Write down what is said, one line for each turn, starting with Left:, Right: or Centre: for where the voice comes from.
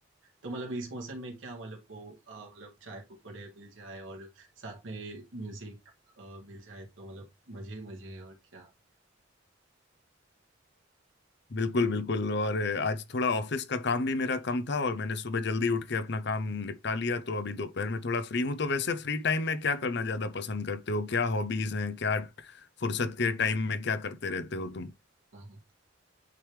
Right: तो मतलब इस मौसम में क्या मतलब वो अ, मतलब चाय पकौड़े मिल जाए और साथ में म्यूजिक अ, मिल जाए तो मतलब मजे ही मजे है और क्या
Left: बिल्कुल बिल्कुल और आज थोड़ा ऑफिस का काम भी मेरा कम था और मैंने सुबह जल्दी उठ के अपना काम निपटा लिया तो अभी दोपहर में थोड़ा फ्री हूं तो वैसे फ्री टाइम में क्या करना ज्यादा पसंद करते हो क्या हॉबीज हैं क्या फुर्सत के टाइम में क्या करते रहते हो तुम
Right: हाँ